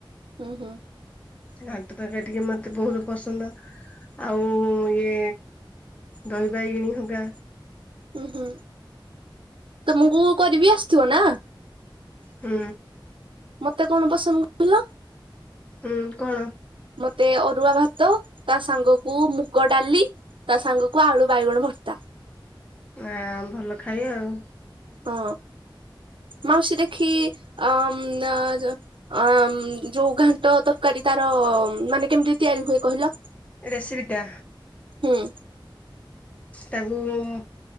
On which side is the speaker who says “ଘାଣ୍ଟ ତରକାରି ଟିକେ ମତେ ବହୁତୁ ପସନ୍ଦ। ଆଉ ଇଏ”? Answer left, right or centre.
Left